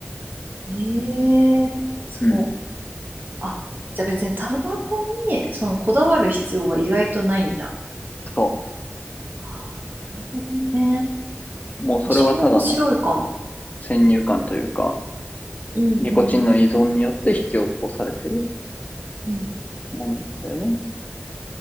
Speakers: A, on the right; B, on the left.
A: えー、すごい。
B: うん。
A: あ、じゃあ別にタバコにそのこだわる必要は意外とないんだ。
B: そ
A: ああ、なるほどね。
B: う。もうそれはただの
A: あ、それ面白いかも。
B: 先入観というか、
A: うんうん
B: ニコチンの依存によって引き起こされてる
A: うん。
B: ものだよね。